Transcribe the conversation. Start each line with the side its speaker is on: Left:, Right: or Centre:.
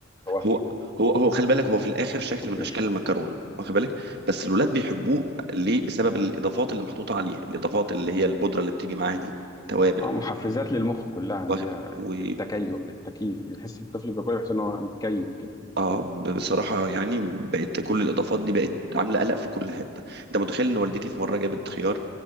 Left: متوفى
Right: هو
Left: من
Right: هو هو خلي بالك هو في الاخر شكل
Left: خطير
Right: من اشكال المكرونه واخد بالك بس الولاد بيحبوه ليه بسبب الاضافات اللي محطوطه عليه الاضافات اللي هي البودره اللي بتيجي معاها دي توابل
Left: اه محفزات للمخ كلها ان
Right: واخد
Left: هي
Right: بالك و
Left: التكيف التكيف بيحس الطفل بياكل بيحس ان هو متكيف كده
Right: اه بصراحه يعني بقت كل الاضافات دي بقت عامله قلق في كل حته انت متخيل ان والدتي في مره جابت خيار